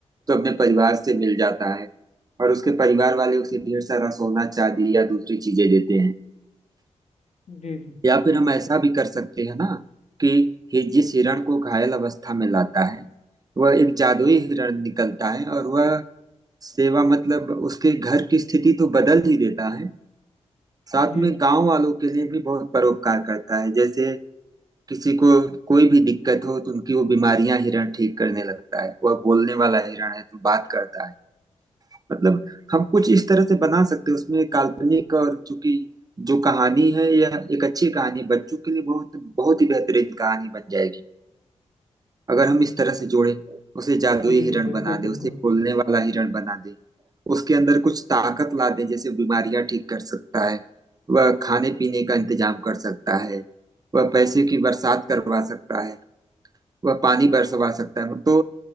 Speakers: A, on the right; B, on the left.
A: तो अपने परिवार से मिल जाता है और उसके परिवार वाले उसे ढेर सारा सोना चांदी या दूसरी चीजें देते हैं
B: जी जी
A: या फिर हम ऐसा भी कर सकते हैं ना कि हि- जिस हिरण को घायल अवस्था में लाता है वह एक जादुई हिरण निकलता है और वह सेवा मतलब उसके घर की स्थिति तो बदल ही देता है साथ
B: जी
A: में
B: जी
A: गांव वालों के लिए भी बहुत परोपकार करता है जैसे किसी को कोई भी दिक्कत हो तो उनकी वो बीमारियां हिरण ठीक करने लगता है वह बोलने वाला हिरण है तो बात करता है मतलब हम कुछ इस तरह से बना सकते हैं उसमें काल्पनिक और चूंकि जो कहानी है यह एक अच्छी कहानी बच्चों के लिए बहुत बहुत ही बेहतरीन कहानी बन जाएगी अगर
B: हम्म,
A: हम इस तरह से जोड़े उसे जादुई
B: जी
A: हिरण
B: जी बिल्कुल
A: बना दे
B: बिल्कुल
A: उसे बोलने वाला हिरण बना दे उसके अंदर कुछ ताकत ला दे जैसे बीमारियां ठीक कर सकता है वह खाने पीने का इंतजाम कर सकता है वह पैसे की बरसात करवा सकता है वह पानी बरसवा सकता है तो